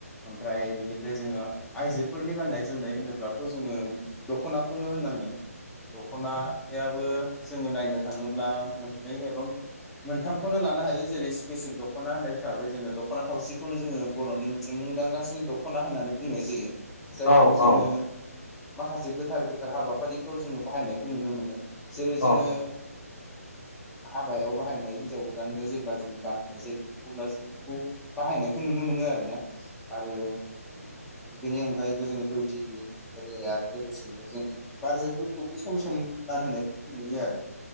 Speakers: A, in the centre; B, on the left.
A: ओमफ्राय बेनि ओमफ्राय जोङो आइजोफोरनि गान्नाय जोमनाय होनोब्लाथ' जोङो दख'नाखौनो होननांगोन दखनायाबो जोङो नायनो थाङोब्ला मोननै एबा मोनथामखौनो लानो हायो जेरै स्पेसियेल डक्ट दख'ना होननाय हिसाबै जोङो दख'ना थावसिखौनो जोङो बर'नि मोनसे मुंदांखासिन दख'ना होननानै बुंनाय जायो जायखौ
B: औ
A: जोङो माखासे गोथार गोथार हाबाफारिफ्राव जोङो बाहायनायखौ नुनो मोनो जेरै
B: औ
A: जोङो हाबायाव बाहायनाय हिन्जाव गोदाननो जेब्ला जोङो गानहोनाय जायो अब्ला जों बेखौ बाहायनायखौ नुनो मोनो आरो ना आरो
B: <inaudible>
A: बेनि अनगायैबो जोङो दौदिनि ओरै आरो लोगोसेयैनो जोङो बारजफोरखौबो सम सम गान होनायफोरखौ नुयो आरोना